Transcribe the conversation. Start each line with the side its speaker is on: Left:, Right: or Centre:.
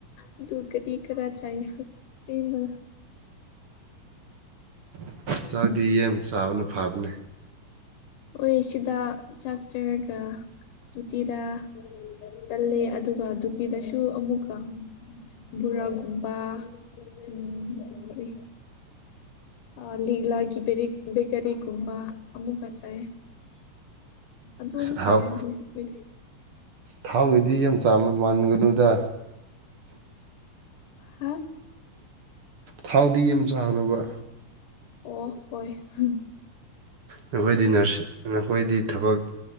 Left: ꯑꯗꯨ ꯀꯔꯤ ꯀꯔꯥ ꯆꯥꯏ ꯁꯦꯝꯃꯥꯒ
Right: ꯆꯥꯛꯗꯤ ꯌꯥꯝ ꯆꯥꯕꯅ ꯐꯥꯕꯅꯦ
Left: ꯍꯣꯏ ꯁꯤꯗ ꯆꯥꯛꯆꯔꯒ ꯗꯨꯇꯤꯗ ꯆꯠꯂꯦ ꯑꯗꯨꯒ ꯗꯨꯇꯤꯗꯁꯨ ꯑꯃꯨꯛꯀ ꯕꯣꯔꯥꯒꯨꯝꯕ ꯎꯝ ꯀꯔꯤ ꯑꯥ ꯂꯤꯛꯂꯥꯒꯤ ꯕꯦꯔꯤ ꯕꯦꯀꯥꯔꯤꯒꯨꯝꯕ ꯑꯃꯨꯛꯀ ꯆꯥꯏ ꯑꯗꯨꯝ
Right: ꯑꯁ ꯑꯍꯥꯎ
Left: ꯆꯥꯏ ꯑꯗꯨ ꯑꯩꯈꯣꯏꯗꯤ
Right: ꯊꯥꯎꯒꯤꯗꯤ ꯌꯥꯝ ꯆꯥ ꯃꯥꯟꯒꯅꯨꯗ
Left: ꯍꯨꯝ
Right: ꯊꯥꯎꯗꯤ ꯌꯥꯝ ꯆꯥꯒꯅꯣꯕ
Left: ꯑꯣ ꯍꯣꯏ ꯍꯨꯝ
Right: ꯅꯈꯣꯏꯗꯤ ꯅꯔꯁ ꯅꯈꯣꯏꯗꯤ ꯊꯕꯛ